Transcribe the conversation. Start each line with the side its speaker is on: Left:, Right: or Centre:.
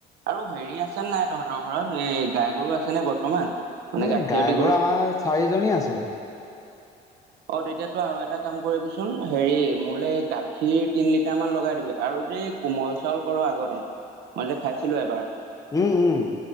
Right: আৰু হেৰি আছেনে নাই তহঁতৰ ঘৰত, এই গাই গৰু আছেনে বৰ্তমান? মানে
Left: এই
Right: গাখীৰতী
Left: গাই গৰু আমাৰ চাৰিজনী আছে।
Right: অ' তেতিয়াতো আৰু এটা কাম কৰিবিচোন, হেৰি মোলৈ গাখীৰ তিন লিটাৰ মান লগাই দিবি আৰু যে কোমল চাউল কৰোঁ আগতে। মই যে খাইছিলোঁ এবাৰ।
Left: উম উম